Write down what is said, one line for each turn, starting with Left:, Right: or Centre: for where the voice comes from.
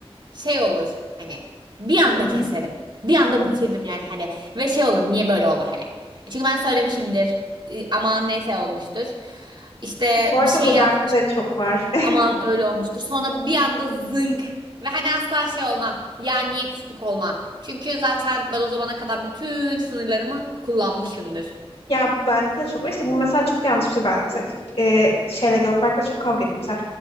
Right: şey olur hani bir anda
Left: Hı hı.
Right: keserim. Bir anda
Left: Hı hı.
Right: bitiririm yani hani ve şey olur niye böyle oldu hani. E, Çünkü ben söylemişimdir e, aman neyse olmuştur. İşte
Left: Bu
Right: bir
Left: arada
Right: şey
Left: bu
Right: yazmış
Left: bende de çok var.
Right: aman öyle olmuştur. Sonra bir anda zınk ve hani asla şey olmam ya niye küslük olmam. Çünkü zaten ben o zamana kadar bütün sınırlarımı kullanmışımdır.
Left: Ya bende de çok var. İşte bu mesela çok yanlış bir şey. Ben mesela, e, şeyle Gökberk'le çok kavga ettim. Mesela